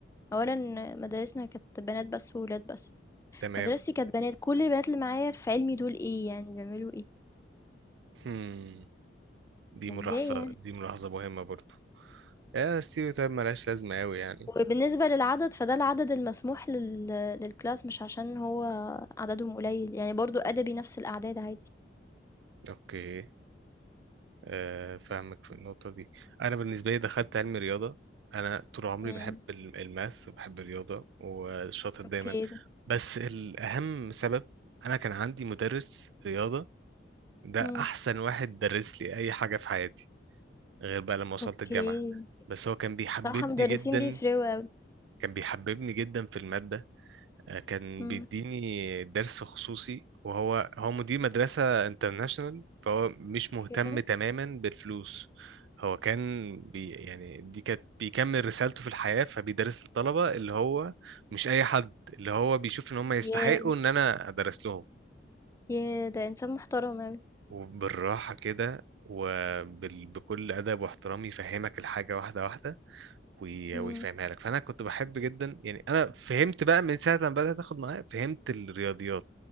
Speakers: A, on the left (about 15°); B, on the right (about 70°).
A: اولا مدارسنا كانت بنات بس وولاد بس
B: تمام
A: مدرستي كانت بنات كل البنات اللي معايا في علمي دول ايه يعني بيعملوا ايه
B: هم. دي
A: ازاي
B: ملاحظه
A: يعني
B: دي ملاحظه مهمه برضو آه ستيريو تايب ملهاش لازمه قوي يعني
A: وبالنسبة للعدد، فده العدد المسموح لل للclass مش عشان هو عددهم قليل، يعني برضه أدبي نفس الأعداد عادي.
B: اوكي آه فاهمك في النقطه دي انا بالنسبه لي دخلت علم رياضه انا طول عمري
A: إمم،
B: بحب ال- الماث وبحب الرياضه وشاطر دايما
A: أوكي،
B: بس الاهم سبب انا كان عندي مدرس رياضه ده
A: إمم،
B: احسن واحد درس لي اي حاجه في حياتي غير بقى لما وصلت
A: أوكي.
B: الجامعه بس هو كان بيحببني
A: بصراحة مدرسين
B: جدا
A: بيفرقوا أوي.
B: كان بيحببني جدا في الماده آه، كان
A: إمم،
B: بيديني درس خصوصي وهو هو مدير مدرسه انترناشونال فهو مش مهتم
A: أوكي.
B: تماما بالفلوس هو كان بي يعني دي كانت بيكمل رسالته في الحياه فبيدرس الطلبه اللي هو مش اي حد اللي هو بيشوف ان هم يستحقوا
A: ياه!
B: ان انا ادرس لهم
A: ياه! ده إنسان محترم أوي.
B: وبالراحة كده وبكل أدب واحترام يفهمك الحاجة واحدة واحدة وي-
A: إمم،
B: ويفهمها لك فأنا كنت بحب جدا يعني أنا فهمت بقى من ساعة لما بدأت أخد معاه فهمت الرياضيات